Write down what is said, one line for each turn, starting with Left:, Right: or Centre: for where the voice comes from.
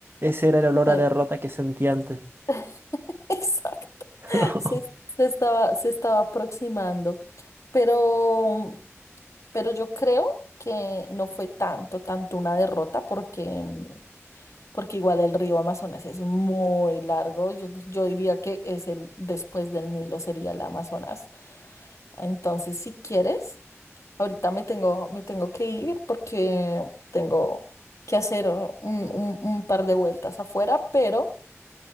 Right: ese era el olor
Left: Eh,
Right: a derrota que sentí antes.
Left: <laughs> Exacto.
Right: <laughs>
Left: Se, se estaba, se estaba aproximando. Pero, pero yo creo que no fue tanto, tanto una derrota porque mm, porque igual el río Amazonas es muy largo. Yo, yo diría que es el después del Nilo sería el Amazonas. Entonces, si quieres, ahorita me tengo, me tengo que ir porque tengo que hacer un, un- un par de vueltas afuera, pero